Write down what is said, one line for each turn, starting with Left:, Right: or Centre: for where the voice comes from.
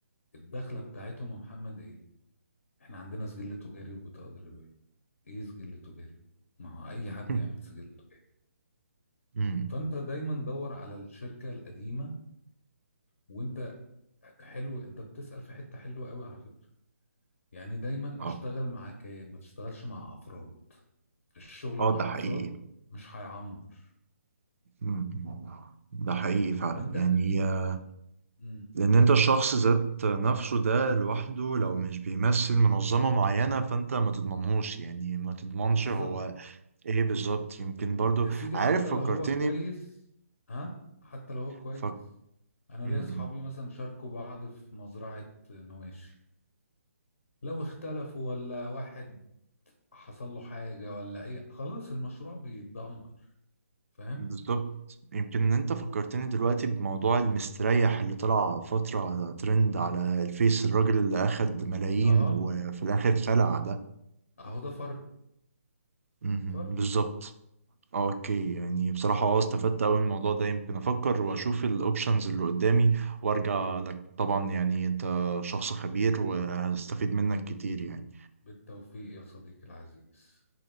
Left: الدخلة بتاعتهم يا محمد إيه؟ إحنا عندنا سجل تجاري وبطاقة ضريبية إيه سجل تجاري؟ ما هو أي حد
Right: <laughs>
Left: يعمل سجل تجاري
Right: مم.
Left: فأنت دايما دور على الشركة القديمة وانت حلو انت بتسأل في حتة حلوة قوي على فكرة يعني دايما
Right: آه.
Left: اشتغل مع كيان ما تشتغلش مع افراد الشغل
Right: اه
Left: مع
Right: ده حقيقي
Left: افراد مش هيعمر
Right: مم. ده حقيقي فعلا
Left: فانت
Right: يعني
Left: اكيد
Right: آه،
Left: مم.
Right: لأن أنت الشخص ذات نفسه ده لوحده لو مش بيمثل منظمة معينة فأنت ما تضمنهوش يعني ما تضمنش
Left: بالظبط
Right: هو إيه بالظبط يمكن برضو
Left: يا سيدي
Right: عارف
Left: حتى لو
Right: فكرتني
Left: هو كويس ها حتى لو هو كويس
Right: فك...
Left: انا
Right: مم.
Left: ليا اصحابي مثلا شاركوا بعض في مزرعة مواشي لو اختلفوا ولا واحد حصل له حاجة ولا اي خلاص المشروع بيتدمر فاهم
Right: بالظبط يمكن إن أنت فكرتني دلوقتي بموضوع المستريح اللي طلع فترة على ترند على الفيس الراجل اللي أخد ملايين
Left: اه
Right: وفي الآخر خلع ده
Left: اهو ده فرد
Right: مم.
Left: فرد
Right: بالظبط آه، اوكي يعني بصراحة اه استفدت اوي من الموضوع ده يمكن افكر واشوف الاوبشنز اللي قدامي وارجع لك طبعا يعني انت شخص خبير وهستفيد منك كتير يعني
Left: بالتوفيق يا صديقي العزيز